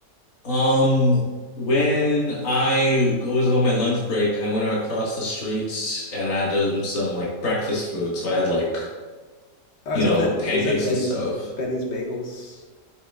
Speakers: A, on the left (about 50°); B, on the left (about 70°).
A: Um, when I was on my lunch break, I went across the street and I had um, some like breakfast food. So I had like,
B: Oh,
A: you
B: is
A: know,
B: that that?
A: pancakes
B: Is that Betty's
A: and stuff.
B: Betty's Bagels?